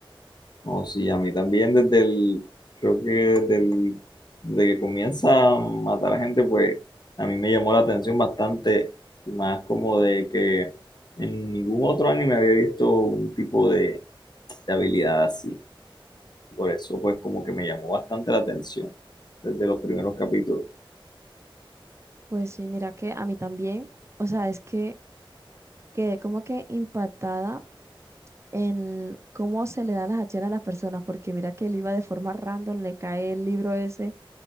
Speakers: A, on the left (about 50°); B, on the right (about 30°).
A: No, sí, a mí también desde el, creo que desde, el- desde que comienza a matar a gente, pues a mí me llamó la atención bastante, y más como de que en ningún otro anime había visto un tipo de, de habilidad así. Por eso, pues como que me llamó bastante la atención desde los primeros capítulos.
B: Pues sí, mira que a mí también, o sea, es que quedé como que impactada en cómo se le dan las acciones a las personas, porque mira que él iba de forma random, le cae el libro ese